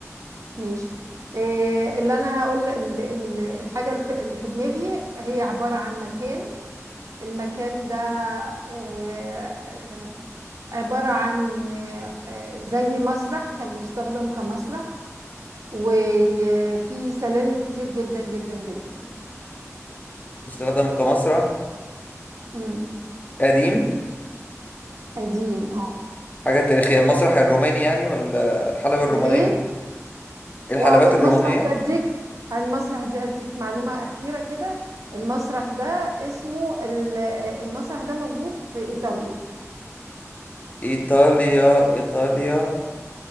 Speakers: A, on the right; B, on the left.
A: ماشي إيه اللي انا هقول ال- ال- الحاجة الف- اللي في دماغي هي عبارة عن مكان المكان ده إيه إيه، عبارة عن إيه، إيه، زي مسرح كان بيستخدم كمسرح وفي سلالم كتير جدا جدا جدا
B: استخدم كمسرح
A: امم
B: قديم
A: قديم اه
B: حاجة تاريخية المسرح الروماني يعني ولا الحلبة الرومانية
A: الايه
B: الحلبات
A: واو المسرح
B: الرومانية
A: ده اديك المسرح دي هديك معلومة أخيرة كده المسرح ده اسمه ال- المسرح ده موجود في إيطاليا
B: ايطاليا ايطاليا